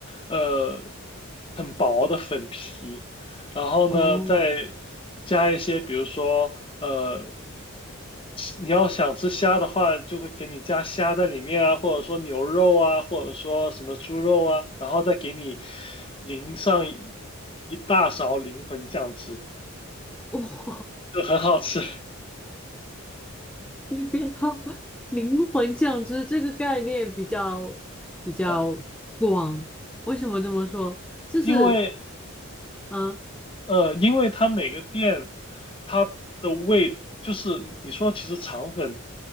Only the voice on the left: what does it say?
呃，很薄的粉皮，然后呢再加一些，
比如说呃，你要想吃虾的话，就会给你加虾在里面啊，或者说牛肉啊，或者说什么猪肉啊，然后再给你淋上一一大勺灵魂酱汁，
就很好吃
<laughs> 啊，
因为。
呃，因为它每个店它的味，就是你说其实肠粉